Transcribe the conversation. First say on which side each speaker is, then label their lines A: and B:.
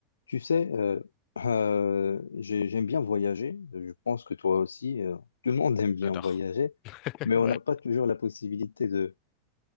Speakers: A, on the left; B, on the left.
A: Tu sais, euh, euh, j'ai- j'aime bien voyager. Je pense que toi aussi, euh, tout le monde <laughs> aime bien
B: J'adore.
A: voyager,
B: <laughs>
A: mais
B: Ouais.
A: on n'a pas toujours la possibilité de,